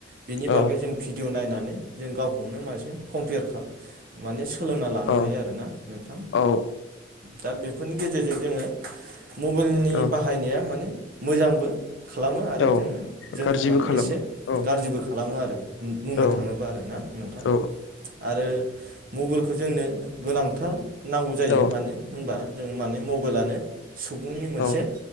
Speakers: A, on the right; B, on the left.
A: बेनि
B: औ
A: बागै जों भिडिअ नायनानै नानै जों गावखौनो मोनसे कमपियार माने सोलोंना लानो
B: औ
A: हायो आरो ना नोंथां
B: औ
A: दा बेफोरनि गेजेरजों जोंङो मबाइलनि
B: औ
A: बाहायनाया माने मोजांबो खालामो आरो
B: औ
A: जोंङो जोंखौ
B: गाज्रिबो
A: माने
B: खालामो
A: एसे
B: औ
A: गाज्रिबो खालामो आरो बुंनो
B: औ
A: थाङोब्ला आरो ना नोंथां
B: औ
A: आरो मबाइलखौ जोंनो गोनांथार नांगौ जायो
B: औ
A: मानो होनबा जों माने मबाइलानो सुबुंनि मोनसे
B: औ